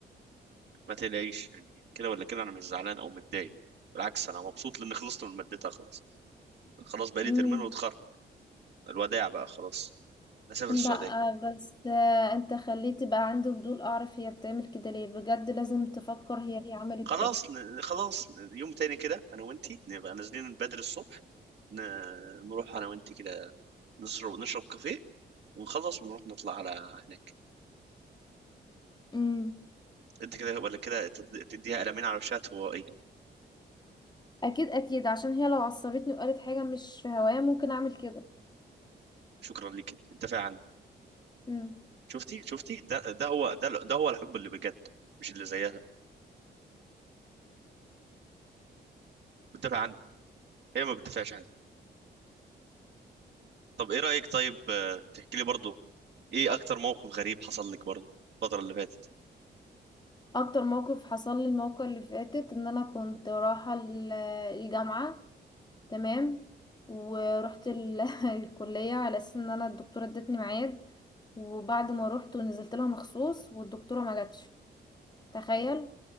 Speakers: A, on the right; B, on the left.
A: ما تقلقيش يعني كده ولا كده انا مش زعلان او متضايق بالعكس انا مبسوط لاني خلصت من مادتها خلاص خلاص بقالي
B: امم
A: ترمين واتخرج الوداع بقى خلاص اسافر
B: لا
A: السعوديه
B: بس آه، انت خليتي بقى عندي فضول اعرف هي بتعمل كده ليه بجد لازم تفكر هي ليه عملت
A: خلاص
B: كده
A: ن... خلاص ن- يوم تاني كده انا وانتي نبقى نازلين بدري الصبح ن... نروح انا وانتي كده نشرب نشرب كافيه ونخلص ونروح نطلع على هناك
B: امم
A: انت كده ولا كده تد- تديها قلمين على وشها هو ايه
B: اكيد اكيد عشان هي لو عصبتني وقالت حاجة مش في هوايا ممكن اعمل كده
A: شكرا ليك انت فعلا
B: امم
A: شفتي شفتي ده ده هو ده ده هو الحب اللي بجد مش اللي زيها بتدافع عني هي ما بتدافعش عني طب ايه رأيك طيب آه، تحكي لي برضه ايه اكتر موقف غريب حصل لك برضه الفترة اللي فاتت
B: اكتر موقف حصل لي الموقع اللي فاتت ان انا كنت رايحة ال- الجامعة تمام ورحت ال- <laughs> الكلية على اساس ان انا الدكتورة ادتني ميعاد وبعد ما روحت ونزلت لها مخصوص والدكتورة ما جاتش تخيل